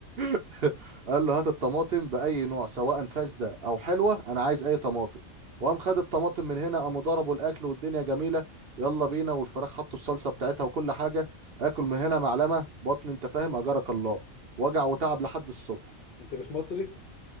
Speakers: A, on the right; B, on the left.
A: <laughs> قال له هات الطماطم باي نوع سواء فاسده او حلوه انا عايز اي طماطم وقام خد الطماطم من هنا قاموا ضربوا الاكل والدنيا جميله يلا بينا والفراخ حطوا الصلصه بتاعتها وكل حاجه اكل من هنا معلمه بطن انت فاهم اجرك الله وجع وتعب لحد الصبح
B: انت مش مصري